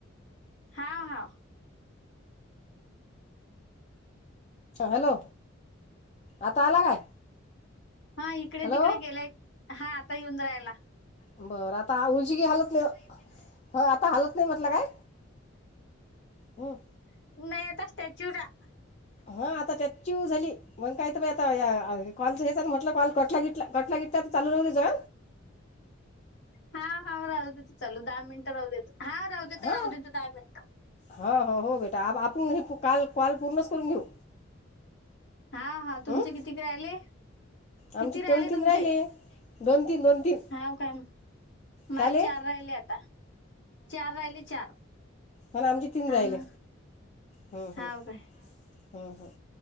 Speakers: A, on the left; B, on the left.
A: हाव हाव.
B: हॅलो, आता आला काय.
A: हा इकडे
B: हॅलो
A: तिकडे गेल्याय हा, आता येऊन रायला.
B: बरं आता उलची की हालत नाही हा आता हालत नाही म्हटलं काय. हं.
A: नाही आता स्टॅच्यू रा.
B: हा आता त्याचीव झाली मंग काय ते बाय या आता हे कॉलचा म्हटलं कॉल कटला गीटला कटला गिटला तर चालू राहू दे जा.
A: हा हा राहू देतो चालू दहा मिनिटं राह देत हा राहू देतो
B: हां
A: राहू देतो दहा मिनिटं.
B: हो हो हो बेटा आप आपुण हे काल कॉल पूर्णच करून घेऊ.
A: हा हा तुमचे
B: हं?
A: किती क राहिले?
B: आमची
A: किती राहिले
B: दोन तीन
A: तुमचे,
B: दोन तीन दोन तीन
A: हाव का. माय
B: चाले
A: चार राहिले आता चार राहिले चार.
B: ह ना आमचे तीन
A: हाव
B: राहिले.
A: ना
B: हम्म हम्म.
A: हाव काय
B: हम्म हम्म...